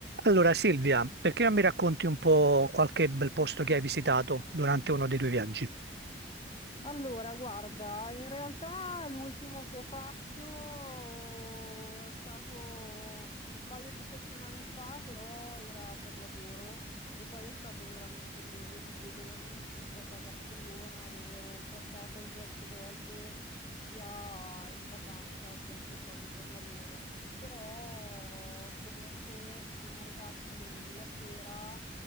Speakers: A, on the right; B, on the left.
A: Allora Silvia, perché non mi racconti un po' qualche bel posto che hai visitato durante uno dei tuoi viaggi?
B: Allora, guarda, in realtà l'ultimo che ho fatto è stato un paio di settimane fa, però era per lavoro e poi è stato veramente breve, di due giorni. Sono stata a Barcellona, dove ero già stata diverse volte, sia in vacanza che anche proprio per lavoro. Però comunque siamo arrivati la sera.